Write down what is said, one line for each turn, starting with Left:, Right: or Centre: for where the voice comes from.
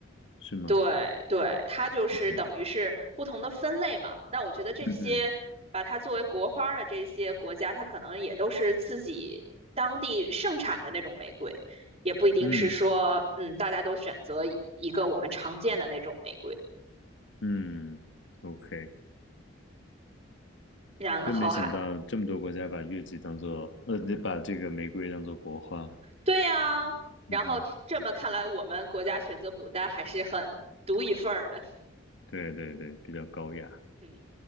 Left: 是吗？
Right: 对对，它就是等于是不同的分类嘛。
Left: 嗯
Right: 那我觉得这些把它作为国花儿的这些国家，
Left: 嗯嗯
Right: 它可能也都是自己当地盛产的那种玫瑰，也不一定是说，
Left: 嗯
Right: 嗯，大家都选择一一个我们常见的那种玫瑰，
Left: 嗯，OK，
Right: 然后还
Left: 真没想到这么多国家把月季当做呃，把这个玫瑰当做国花。
Right: 对呀，
Left: 嗯哼，
Right: 然后这么看来，我们国家选择牡丹还是很独一份儿的，
Left: 对对对，比较高雅。
Right: 嗯，